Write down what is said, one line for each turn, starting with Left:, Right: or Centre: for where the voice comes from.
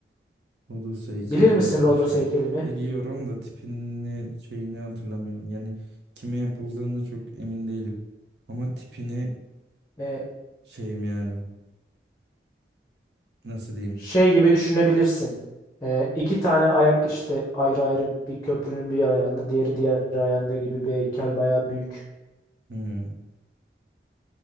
Right: Rodos heykelini
Left: Bilir misin
Right: bir
Left: Rodos
Right: düşün.
Left: heykelini?
Right: Biliyorum da tipini şeyini hatırlamıyorum. Yani kime yapıldığını çok emin değilim. Ama tipini
Left: Ee,
Right: şeyim yani. Nasıl diyeyim?
Left: Şey gibi düşünebilirsin. Ee, iki tane ayak işte ayrı ayrı bir köprünün bir ayağında, diğeri diğer ayağında gibi bir heykel bayağı büyük.
Right: Hmm.